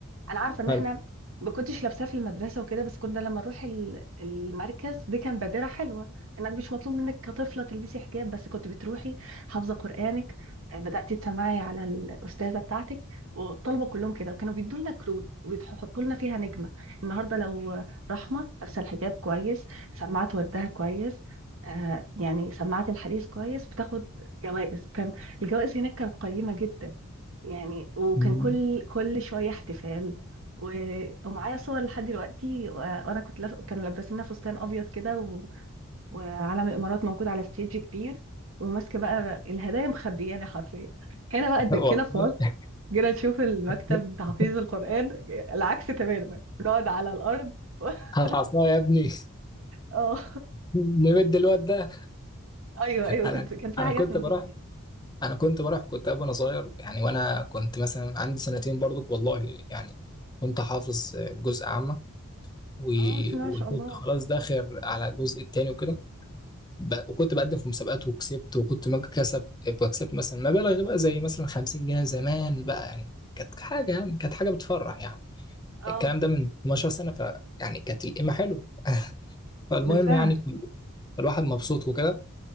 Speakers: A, on the right (about 65°); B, on the left (about 20°).
A: انا عارفه ان
B: حلو
A: احنا ما كنتش لابساه في المدرسه وكده بس كنا لما نروح ال- المركز دي كان بادره حلوه انك مش مطلوب منك كطفله تلبسي حجاب بس كنت بتروحي حافظه قرانك آه، بداتي تسمعي على الاستاذه بتاعتك والطلبه كلهم كده وكانوا بيدوا لنا كروت وبيحطوا لنا فيها نجمه النهارده لو رحمه لابسه الحجاب كويس سمعت وردها كويس آه يعني سمعت الحديث كويس بتاخد جوائز وكان الجوائز هناك كانت قيمه جدا يعني وكان
B: مم.
A: كل كل شويه احتفال و... ومعايا صور لحد دلوقتي و... وانا كنت لف... كانوا لابسيننا فستان ابيض كده و... وعلم الامارات موجود على ستيج كبير وماسكه بقى الهدايا مخبياني حرفيا هنا بقى قد
B: والله
A: كده في مصر جينا نشوف المكتب
B: <laughs>
A: تحفيظ القران العكس تماما بنقعد على الارض <laughs>
B: هات عصاية يا ابني
A: اه
B: <laughs> نمد الواد ده
A: ايوه ايوه
B: انا
A: كنت كان في
B: انا
A: حاجات
B: كنت
A: من
B: بروح
A: دي كتير
B: انا كنت بروح كنت وانا صغير يعني وانا كنت مثلا عندي سنتين برضك والله يعني كنت حافظ جزء عامة و...
A: اه بسم الله
B: وكنت
A: ما شاء الله
B: خلاص داخل على الجزء التاني وكده ب... وكنت بقدم في مسابقات وكسبت وكنت ما كسب بكسب مثلا مبالغ بقى زي مثلا 50 جنيه زمان بقى يعني كانت حاجة يعني كانت حاجة بتفرح يعني
A: اه
B: الكلام ده من 12 سنة ف يعني كانت القيمة حلوة <laughs> فالمهم
A: بالفعل
B: يعني كل- الواحد مبسوط وكده